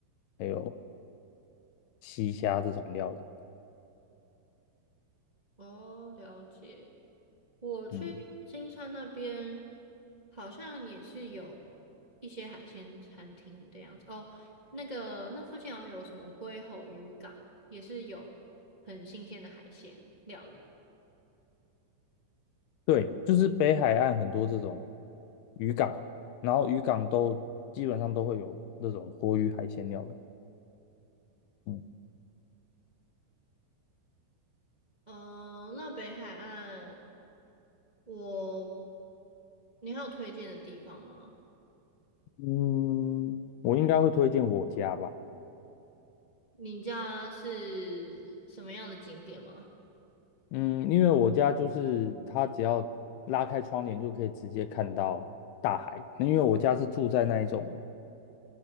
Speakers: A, on the left; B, on the right.
A: 还有西虾这种料理。
B: 哦，了解。我去金山那边
A: 嗯，
B: 好像也是有一些海鲜餐厅的样子哦。那个那附近好像有什么龟吼渔港，也是有很新鲜的海鲜料理。
A: 对，就是北海岸很多这种渔港，然后渔港都基本上都会有那种活鱼海鲜料理。嗯
B: 嗯、那北海岸我，你还有推荐的地方吗？
A: 嗯，我应该会推荐我家吧。
B: 你家是什么样的景点吗？
A: 嗯，因为我家就是它只要拉开窗帘就可以直接看到大海。那因为我家是住在那一种